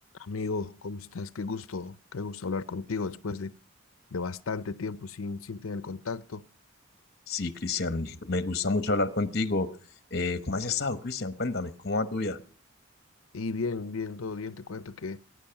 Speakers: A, on the left; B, on the left.
A: Amigo, ¿cómo estás? Qué gusto, qué gusto hablar contigo después de, de bastante tiempo sin, sin tener contacto.
B: Sí, Cristian, me gusta mucho hablar contigo. Eh, ¿cómo has estado, Cristian? Cuéntame, ¿cómo va tu vida?
A: Y bien, bien, todo bien. Te cuento que,